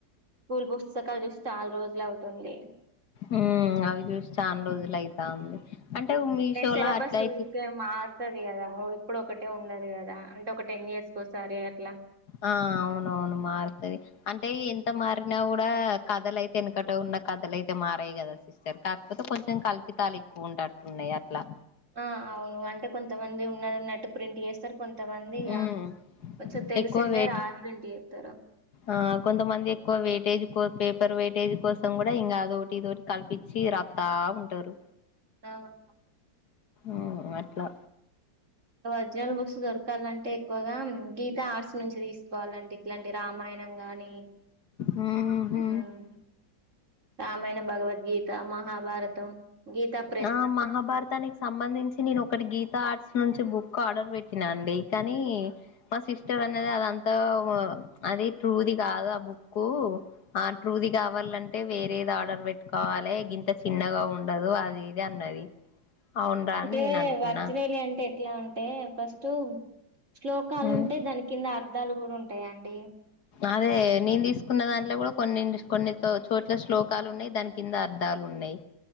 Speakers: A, on the right; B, on the left.
A: స్కూల్ పుస్తకాలు చూసి చాలా రోజులు అవుతుంది
B: ఉం అవి చూసి చానా రోజులు అయితాంది అంటే మీషోల
A: సిలబస్
B: అట్లయితి
A: ఊకే మారుతది కదా ఒ ఎప్పుడు ఒకటే ఉండదు కదా అంటే ఒక టెన్ ఇయర్స్కిసారి అట్లా
B: ఆ అవునవును మార్తది అంటే ఎంత మారినా కూడా కథలయితే వెనుకట ఉన్న కథలు అయితే మారాయి కదా సి స్తారు కాకపోతే కొంచెం కల్పితాలు ఎక్కువ ఉండట్టు ఉన్నాయి అట్లా
A: ఆ అవును అంటే కొంతమంది ఉన్నది ఉన్నట్టు ప్రింట్ చేస్తారు కొంతమంది ఇగ
B: ఉమ్
A: కొచ్చం తెలిసిందే
B: ఎక్కువ వెయిట్
A: <unintelligible> చేస్తార
B: ఆ కొంతమంది ఎక్కువ వెయిటేజ్ కో పేపర్ వెయిటేజ్ కోసం కూడా ఇంకా అదొటి ఇదిటి కల్పించి రా తా ఉంటారు
A: ఆ
B: ఊ అట్లా
A: గ ఒరిజినల్ బుక్స్ దొర్ క్కాలంటే ఎక్కువగా గీత ఆర్ట్స్ నుంచి తీసుకోవాలండి ఇట్లాంటి రామాయణం గాని
B: ఉహు
A: ఉమ్, రామాయణ, భగవద్గీత, మహాభారతం, గీతప్
B: ఆ మహాభారతానికి సంబంధించి నేను ఒకటి గీతా ఆర్ట్స్ నుంచి బుక్ ఆర్డర్ పెట్ తినండి కానీ మా సిస్టర్ అనేది అదంతా అది ట్రూది కాదు ఆ బుక్ ఆ ట్రూది కావాలంటే వేరేది ఆర్డర్ పెట్టుకోవాలి గింతా చిన్నగా ఉండదు అది ఇది అన్నది అవునరా
A: అంటే
B: అని నేను అనుకున్నా
A: వర్జినలి అంటే ఎట్లా ఉంటాయి ఫస్ట్ శ్లోకాలు
B: మ్మ్
A: ఉంటాయి దాని కింద అర్థాలు కూడా ఉంటాయా అండి
B: అదే నేను తీసుకున్న దాంట్ల కూడా కొన్నిం కొన్ని చోట్ల శ్లోకాలు ఉన్నాయి దాని కింద అర్ధాలు ఉన్నాయి్